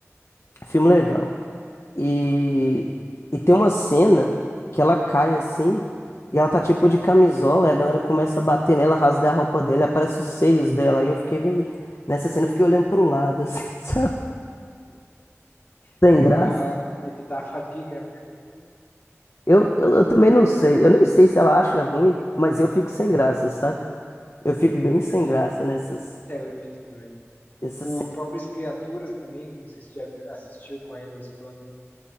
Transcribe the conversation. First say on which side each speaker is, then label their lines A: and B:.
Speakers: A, on the left (about 60°); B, on the left (about 35°).
A: Filme legal. E,
B: Hum.
A: e tem uma cena que ela cai assim, e ela tá tipo de camisola, e a galera começa a bater nela, rasgar a roupa dela, e aparece os seios dela, e eu fiquei meio... Nessa cena eu fiquei olhando pro lado, assim, <laughs> sabe? Sem
B: Evitar,
A: graça.
B: evitar a fadiga, né?
A: Eu, eu,
B: <laughs>
A: eu também não sei. Eu nem sei se ela acha ruim, mas eu fico sem graça, saca? Eu fico bem sem
B: É,
A: graça nessas,
B: é, eu evito também.
A: nessas
B: O
A: cenas.
B: Pobres Criaturas também, não sei se já vi- assistiu com a Emma Stone.